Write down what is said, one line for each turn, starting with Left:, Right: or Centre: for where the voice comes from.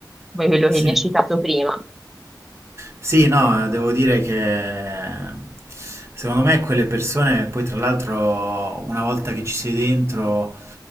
Centre: come quello
Right: Sì.
Centre: che mi hai citato prima.
Right: Sì, no, devo dire che secondo me quelle persone, poi tra l'altro una volta che ci sei dentro,